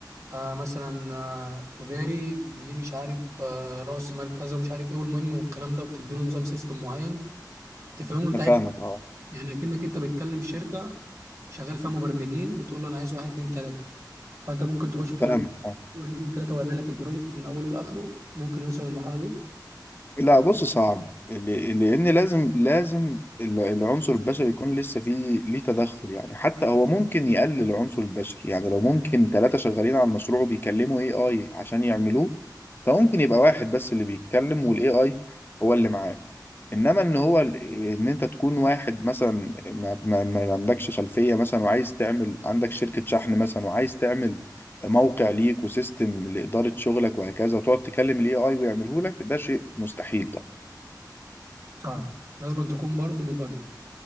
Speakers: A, on the right (about 45°); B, on the left (about 30°).
A: آه مثلا آه تجاري ليه مش عارف آه رأس مال كذا ومش عارف ايه والمهم والكلام ده وبتدي له نظام سيستم معين تفهمه انت
B: انا
A: عايز
B: فاهمك اه
A: إيه؟ يعني اكنك انت بتكلم شركة شغال فيها مبرمجين بتقول له انا عايز واحد اتنين تلاتة فانت ممكن تخش تقول
B: فاهمك
A: له
B: آه.
A: واحد اتنين تلاتة ويعمل لك البروجكت من اوله لاخره ممكن يوصل للمرحلة دي
B: لا بص صعب ل- لان لازم لازم ال- العنصر البشري يكون لسه فيه ليه تدخل يعني حتى هو ممكن يقلل العنصر البشري يعني لو ممكن ثلاثة شغالين على المشروع وبيكلموا اي اي عشان يعملوه فممكن يبقى واحد بس اللي بيتكلم والاي اي هو اللي معاه انما ان هو ال- ان انت تكون واحد مثلا ما, ما, ما عندكش خلفية مثلا وعايز تعمل عندك شركة شحن مثلا وعايز تعمل موقع ليك وسيستم لإدارة شغلك وهكذا وتقعد تكلم الاي اي ويعمله لك ده شيء مستحيل
A: صح لازم تكون برضو مبرمج